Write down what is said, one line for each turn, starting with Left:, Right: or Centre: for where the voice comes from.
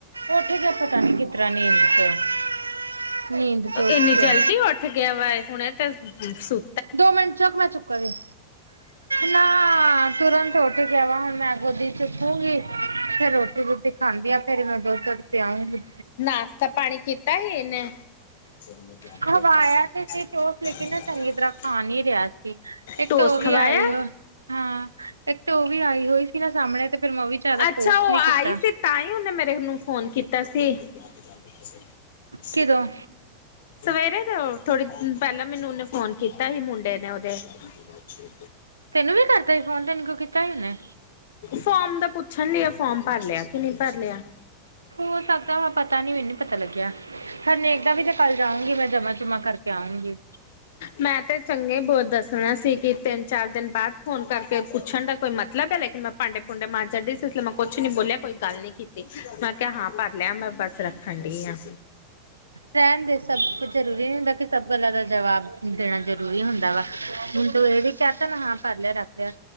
Right: ਉੱਠ ਗਿਆ ਪਤਾ ਨੀ ਕਿਸ ਤਰ੍ਹਾਂ ਨੀਂਦ ਚੋ ਨੀਂਦ ਚੋ ਉੱਠ
Left: ਇੰਨੀ
Right: ਗਿਆ
Left: ਜਲਦੀ ਉੱਠ ਗਿਆ ਵਾ ਹੁਣੇ ਫਿਰ ਚੁੱਕ ਸੁ
Right: ਦੋ ਮਿੰਟ ਚੁੱਕ, ਮੈਂ ਚੁੱਕ ਵੀ ਨਾ ਤੁਰੰਤ ਛੋਟੇ ਕੇਵੇਂ ਮੈਂ ਗੋਦੀ ਚੁੱਕੂਗੀ, ਫੇਰ ਰੋਟੀ -ਰੁਟੀ ਖਾਂਦੀ ਆ ਫੇਰ ਮੈਂ ਦੁੱਧ -ਦਧ ਪਿਆਉਂਗੀ
Left: ਨਾਸ਼ਤਾ, ਪਾਣੀ ਕੀਤਾ ਸੀ ਇਹਨੇ? <unintelligible>
Right: ਖਵਾਇਆ ਤੇ
Left: <inaudible>
Right: ਸੀ ਟੋਸ ਲੇਕਿਨ ਨਾ ਚੰਗੀ ਤਰ੍ਹਾਂ ਖਾ ਨਹੀਂ ਰਿਹਾ ਸੀ, ਇੱਕ
Left: ਟੋਸ
Right: ਤਾਂ ਉਹ ਵੀ
Left: ਖਵਾਇਆ।
Right: ਆਈ ਹੋ, ਹਾਂ ਇੱਕ ਤਾਂ ਉਹ ਵੀ ਆਈ ਹੋਈ ਨਾ ਸਾਹਮਣੇ ਤੇ ਫਿਰ ਮੈਂ ਉਹ ਵੀ ਜ਼ਿਆਦਾ
Left: ਅੱਛਾ,
Right: ਫੋਰਸ
Left: ਉਹ
Right: ਨੀ
Left: ਆਈ
Right: ਕੀਤਾ
Left: ਸੀ ਤਾਂ ਹੀ, ਉਹਨੇ ਮੇਰੇ ਨੂੰ ਫੋਨ ਕੀਤਾ ਸੀ। <unintelligible> <inaudible>
Right: ਕਿਦੋਂ
Left: ਸਵੇਰੇ ਦੇ, ਥੋੜੇ ਦਿਨ ਪਹਿਲਾਂ ਮੈਨੂੰ, ਉਹਨੇ ਫੋਨ ਕੀਤਾ ਸੀ ਮੁੰਡੇ ਨੇ ਉਹਦੇ ਠੀਕ।
Right: ਤੈਨੂੰ ਵੀ ਕਰਤਾ ਸੀ ਫੋਨ, ਮੈਂਨੂੰ ਤੇ ਕੀਤਾ ਹੋਣਾ
Left: ਫੋਮ ਦਾ ਪੁੱਛਣ ਡੀਆ ਫੋਮ ਭਰ ਲਿਆ, ਕਿ ਨਹੀਂ ਭਰ ਲਿਆ
Right: ਹੋ ਸਕਦਾ ਮੈਂ ਪਤਾ ਨਈ, ਮੈਨੂੰ ਪਤਾ ਲੱਗਿਆ ਹਰਨੇਕ ਦਾ ਵੀ ਤੇ ਕੱਲ ਜਾਊਂਗੀ, ਮੈਂ ਜਮਾ ਜੁਮਾ ਕਰਕੇ ਆਊਂਗੀ‌।
Left: ਮੈਂ ਤੇ ਚੰਗੇ, ਬਹੁਤ ਦੱਸਣਾ ਸੀ। ਕਿ, ਤਿੰਨ- ਚਾਰ ਦਿਨ ਬਾਅਦ ਫੋਨ ਕਰਕੇ, ਪੁੱਛਣ ਦਾ ਕੋਈ ਮਤਲਬ, ਹੈ ਲੇਕਿਨ ਮੈਂ ਭਾਂਡੇ -ਪੁਡੇ ਮਾਂਝ ਛੱਡੀ ਸੀ, ਇਸ ਮੈਂ ਕੁਛ ਨਈ ਬੋਲਿਆ, ਕੋਈ ਗੱਲ ਨਈ ਕੀਤੀ ਮੈਂ ਕਿਹਾ, ਹਾਂ ਭਰ ਲਿਆ ਮੈਂ ਬਸ ਰੱਖ ਠੰਡੀ ਆ
Right: ਰਹਿਣ ਦੇ, ਸਭ ਕੁਝ ਜਰੂਰੀ ਨਈ ਹੁੰਦਾ ਕਿ, ਸਭ ਗੱਲਾਂ ਦਾ ਜਵਾਬ ਦੇਣਾ ਜ਼ਰੂਰੀ ਹੁੰਦਾ ਵਾ, ਹੁਣ ਇਹ ਵੀ ਚਾਤਨ ਹਾਂ ਭਰ ਲਿਆ, ਰੱਖ ਲਿਆ